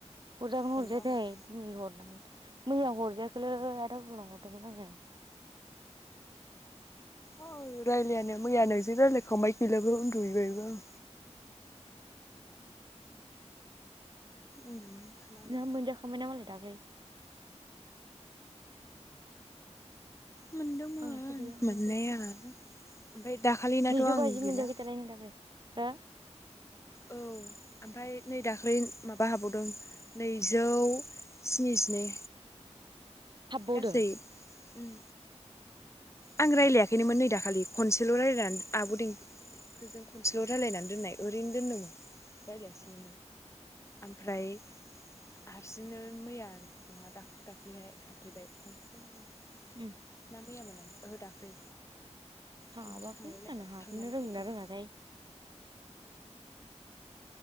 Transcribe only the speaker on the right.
हरजागोन ना
हरजायाथाय
दिनै हरनांगोन। मैया हरजायाखैलै आदा बुहुल नाव हरदोंमोन आङो।
नोंहा मोनजाखांबाय ना मालाय दाख्लै?
आंहासो गैया
मोनजायाखै
नैजौ
बाजि मोनजायाखै
दालाय नों दाख्लै हो?
हाबबावदों
उम
हाबाखै
आंना हाबनोनो
रोंङो
ना रोङाथाय।